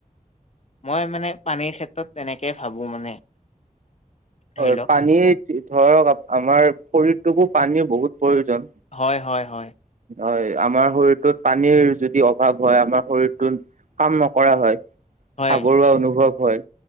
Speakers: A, on the left; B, on the right.
A: মই মানে পানীৰ ক্ষেত্ৰত তেনেকৈ ভাবোঁ মানে। ধৰি
B: হয়
A: লওক
B: পানী ধৰক আমাৰ শৰীৰটোকো পানী বহুত। প্ৰয়োজন
A: হয় হয় হয়।
B: হয় আমাৰ শৰীৰটোত পানীৰ যদি অভাৱ হয় আমাৰ শৰীৰটোত কাম নকৰা হয়।
A: হয়
B: ভাগৰুৱা অনুভৱ হয়